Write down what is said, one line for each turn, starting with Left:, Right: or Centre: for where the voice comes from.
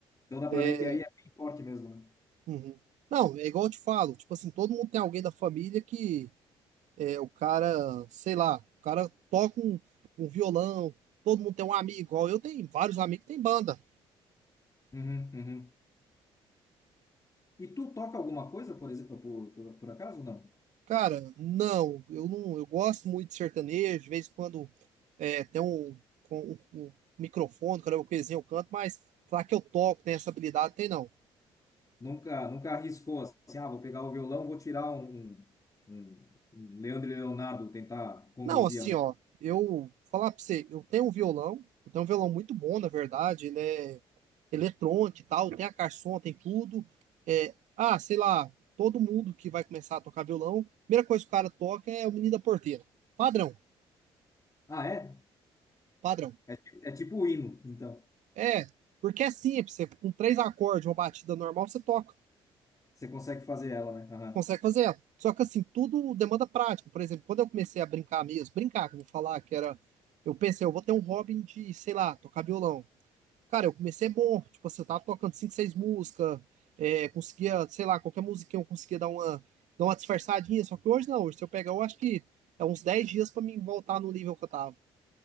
Left: Então dá para
Right: É.
Left: ver que aí é bem forte mesmo, né?
Right: uhum. Não, é igual eu te falo, tipo assim, todo mundo tem alguém da família que é o cara, sei lá, o cara toca um, um violão, todo mundo tem um amigo, igual eu tenho vários amigos que tem banda.
Left: Uhum, uhum. E tu toca alguma coisa, por exemplo, por, por, por acaso? Não.
Right: Cara, não, eu não, eu gosto muito de sertanejo, de vez em quando é, tem um, com- um- um microfone, cara, eu coisinha eu canto, mas falar que eu toco, tem essa habilidade, tem não.
Left: Nunca, nunca arriscou assim, ah, vou pegar o violão, vou tirar um, um, um- um Leandro e Leonardo, tentar conduzir
Right: Não, assim,
Left: a música.
Right: ó, eu falar pra você, eu tenho um violão, eu tenho um violão muito bom, na verdade, ele é eletrônico e tal, tem a caixa de som, tem tudo. É, ah, sei lá, todo mundo que vai começar a tocar violão, a primeira coisa que o cara toca é o Menino da Porteira. Padrão,
Left: Ah, é?
Right: padrão.
Left: É, ti- é tipo o hino, então.
Right: É, porque é simples, você, com três acordes, uma batida normal, você toca,
Left: Você consegue fazer ela, né? Aham.
Right: consegue fazer ela. Só que assim, tudo demanda prática. Por exemplo, quando eu comecei a brincar mesmo, brincar, que eu vou falar, que era. Eu pensei, eu vou ter um hobby de, sei lá, tocar violão. Cara, eu comecei bom, tipo assim, eu tava tocando cinco, seis músicas, é, conseguia, sei lá, qualquer musiquinha eu conseguia dar uma, dar uma disfarçadinha, só que hoje não, hoje se eu pegar, eu acho que é uns 10 dias pra mim voltar no nível que eu tava.